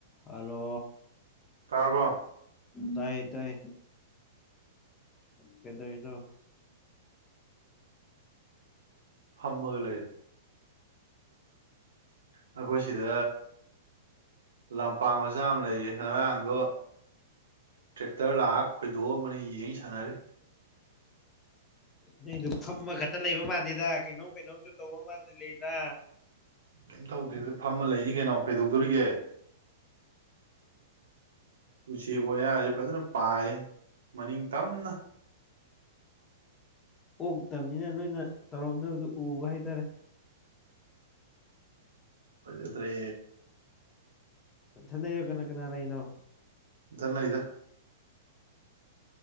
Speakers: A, on the left; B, on the right.
A: ꯍꯜꯂꯣ
B: ꯇꯥꯔꯕꯣ
A: ꯇꯥꯏ ꯇꯥꯏ ꯀꯩꯗꯧꯋꯤꯅꯣ
B: ꯐꯝꯃꯒ ꯂꯩꯔꯤ ꯑꯩꯈꯣꯏ ꯁꯤꯗ ꯂꯝꯄꯥꯛ ꯃꯆꯥ ꯑꯝ ꯂꯩꯌꯦ ꯉꯔꯥꯡꯗꯣ ꯇ꯭ꯔꯦꯛꯇꯔ ꯂꯥꯛꯑ ꯈꯣꯏꯗꯣꯛ ꯑꯃꯅ ꯌꯦꯡ ꯁꯥꯟꯅꯔꯦ
A: ꯅꯩꯗ ꯐꯝꯃ ꯈꯛꯇ ꯂꯩꯕ ꯃꯥꯥꯟꯗꯦꯗ ꯀꯩꯅꯣꯝ ꯀꯩꯅꯣꯝꯁꯨ ꯇꯧꯕ ꯃꯥꯥꯟꯖꯂꯩꯗ
B: ꯀꯩꯝ ꯇꯧꯗꯦꯗ ꯐꯝꯃ ꯂꯩꯅꯤ ꯀꯩꯅꯣ ꯀꯩꯗꯧꯗꯣꯔꯤꯒꯦ ꯎꯆꯦꯛ ꯋꯥꯌꯥꯁꯦ ꯐꯖꯅ ꯄꯥꯏ ꯃꯅꯤꯡ ꯇꯝꯅ
A: ꯑꯣꯛꯇꯕꯅꯤꯅ ꯅꯣꯏꯅ ꯇꯧꯔꯝꯗꯕꯗꯨ ꯎꯕ ꯍꯥꯏꯇꯥꯔꯦ
B: ꯄꯖꯠꯇꯦ
A: ꯊꯗꯩꯅꯣ ꯀꯅꯥ ꯀꯅꯥꯔꯩꯅꯣ
B: ꯔ ꯂꯩꯗ